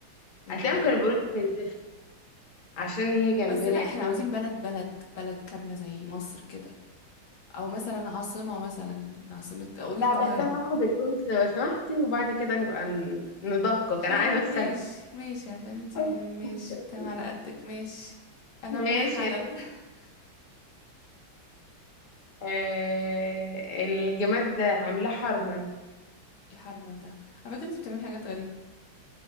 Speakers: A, on the left; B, on the left.
A: مم.
B: هتلاقيهم كانوا بيقولوا لك من زفت عشان هي جنبنا
A: بس لا احنا
B: يعني
A: عاوزين بلد بلد بلد كاملة زي مصر كده او مثلا عاصمة مثلا عاصمة قولي القاهرة
B: لا بس انا هاخد البوينت لو سمحتي وبعد كده نبقى ن- ندقق
A: ها
B: انا عايزه اكسب
A: ماشي ماشي عشان انتي
B: <laughs>
A: ماشي تمام على قدك ماشي انا
B: ماشي
A: عاملاها حلب
B: يا
A: <laughs>
B: آه الجماد ده عاملاه حرمل
A: يا حرمل ده على فكرة انتي بتعملي حاجات غريبة